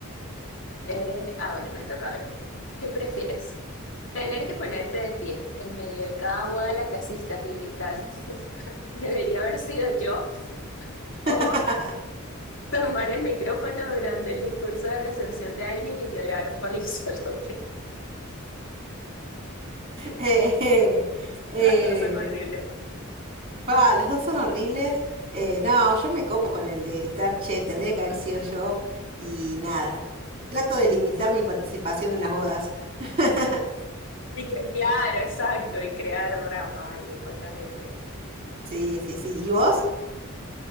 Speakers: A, on the left; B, on the right.
A: Eh, ah, bueno, me toca ver. ¿Qué prefieres? Tener que ponerte de pie en medio de cada boda a la que asistas y gritar, <laughs> debería haber sido yo,
B: <laughs>
A: o tomar el micrófono durante el discurso de recepción de alguien y llorar por lo solo que... <laughs>
B: Eh, eh,
A: Las dos son horribles.
B: pa, los dos son horribles. Eh, no, yo me copo con el de gritar, che, tendría que haber sido yo y nada. Trato de limitar mi participación en las bodas. <laughs>
A: Y que- claro, exacto, y crear drama ahí con la gente.
B: Sí, sí, sí. ¿Y vos?